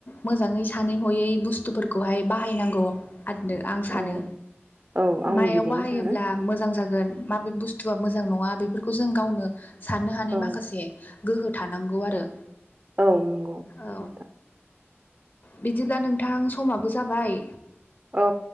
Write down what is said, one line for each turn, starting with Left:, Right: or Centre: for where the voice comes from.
Left: मोजाङै सानै हयै बुस्थुफोरखौहाय बाहायनांगौ। आरोना आं सानो
Right: औ औ आंबो
Left: माइआव
Right: बिदिनो
Left: बाहायोब्ला
Right: सानो
Left: मोजां जागोन माबे बुस्थुआ मोजां नङा बेफोरखौ जों गावनो साननो हानाय
Right: औ
Left: माखासे गोहो थानांगौ आरो
Right: औ नंगौ
Left: औ
Right: नोंथां।
Left: बिदिब्ला नोंथां समाबो जाबाय
Right: औ